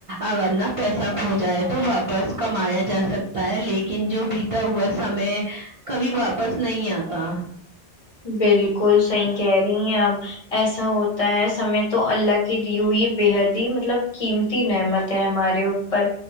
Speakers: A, on the right; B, on the left.
A: اگر نہ پیسہ کھو جائے تو واپس کمایا جا سک تا ہے لیکن جو بیتا ہوا سمے کبھی واپس نہیں آتا
B: بالکل صحیح کہہ رہی ہیں آپ ایسا ہوتا ہے سمے تو اللہ کی دی ہوئی بےحد ہی مطلب قیمتی نعمت ہمارے اوپر